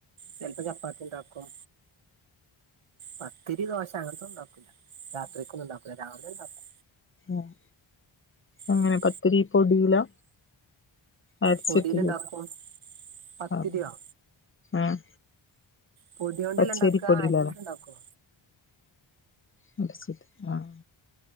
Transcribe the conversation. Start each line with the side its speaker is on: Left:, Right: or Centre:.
Right: ചെല്ലപ്പോ ചപ്പാത്തി ഇണ്ടാക്കും പത്തിരി ദോശ അങ്ങന് ത്ത ഉണ്ടാക്കൂല രാത്രിക്കൊന്നും ഉണ്ടാക്കൂല്ല രാവിലെ ഇണ്ടാക്കും
Left: ആഹ് അങ്ങനെ
Right: ഉം.
Left: പത്തിരി പൊടീലാ അരച്ചിട്ട്
Right: പൊടിയിലുണ്ടാക്കും പത്തിരിയോ
Left: ആഹ് ആഹ്
Right: പൊടി കൊണ്ടല്ലണ്ടാക്കാ
Left: പച്ചരി പൊടിയിലാണോ
Right: അരച്ചിട്ട് ഇണ്ടാക്കോ
Left: <unintelligible> ആഹ്